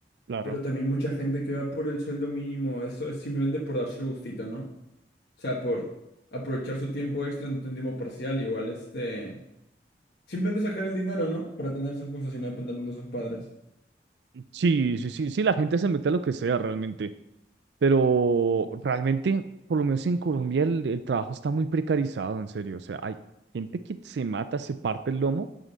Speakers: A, on the right; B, on the left.
A: claro.
B: Pero también mucha gente que va por el sueldo mínimo, eso es simplemente por darse el gustito, ¿no? O sea, por aprovechar su tiempo extra en un tiempo parcial, igual este... Simplemente sacar el dinero, ¿no? Para tener sus gustos y no depender tanto de sus padres.
A: Sí, sí, sí, sí, la gente se mete a lo que sea realmente, pero realmente, por lo menos en Colombia, el, el trabajo está muy precarizado, en serio, o sea, hay gente que se mata, se parte el lomo